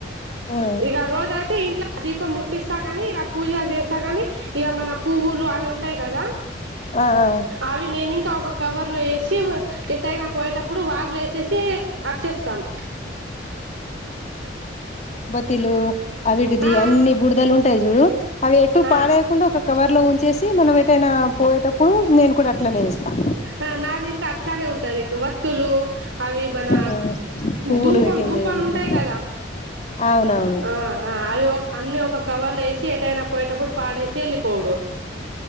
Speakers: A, on the left; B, on the right.
A: ఆ
B: ఇగ రోజ అయితే ఇంట్లో దీపం ముట్టిస్తా గాని పూజ జీస్తా గాని ఇగ మన పువ్వులు అవి ఉంటాయి కదా.
A: ఆ ఆ
B: అవి నేన్ ఇంకా ఒక కవర్ లో ఎషి వ ఏ ఎటైనా పోయేటప్పుడు వాగులు ఏసేసి అచ్చేస్తాం.
A: తీలు అవిటిది
B: ఆ
A: అన్ని బుడిదలు ఉంటాయి చూడు అవి ఎటు
B: ఆ
A: పాడేయకుండా ఒక కవర్ లో ఉంచేసి మనం ఎ ఎటైనా పోయేటప్పుడు నేను కూడా అట్లనే ఎస్తా.
B: అ నాది ఇంక అట్లానే ఉంటది ఇక వ తులు అవి మన
A: ఆ పువ్వులు
B: దుపాం
A: పెట్టింది
B: దుపాలు
A: దేవునికి
B: ఉంటాయి కదా.
A: అవునవును
B: ఆ అ అవి అన్నీ ఒక కవర్లు ఏసి ఎటైనా పోయేటప్పుడు పాడేశి ఎలిపోవుడు